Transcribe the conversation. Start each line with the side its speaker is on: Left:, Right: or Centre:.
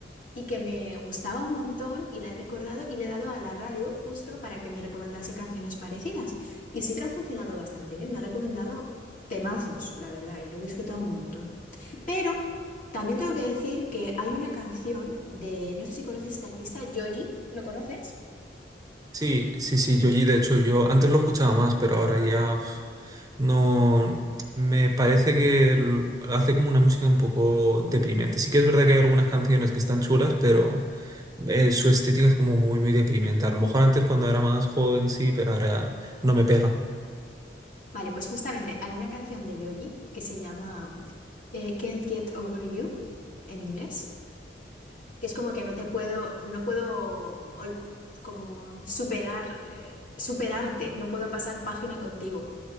Left: y que me gustaba un montón y la he recordado y le he dado a la radio justo para que me recomendase canciones parecidas. Y sí que ha funcionado bastante bien, me ha recomendado temazos, la verdad, y lo he disfrutado un montón. Pero también tengo que decir que hay una canción de, no sé si conoces este artista, Yoji, ¿lo conoces?
Right: Sí, sí, sí, Yoyi, de hecho, yo antes lo escuchaba más, pero ahora ya uf, no. Me parece que l- hace como una música un poco deprimente. Sí que es verdad que hay algunas canciones que están chulas, pero eh, su estética es como muy, muy deprimente. A lo mejor antes cuando era más joven sí, pero ahora no me pega.
Left: Vale, pues justamente hay una canción de Yoji que se llama eh, Can't Get Over You en inglés. que es como que no te puedo, no puedo ol- como superar, eh, superarte, no puedo pasar página contigo.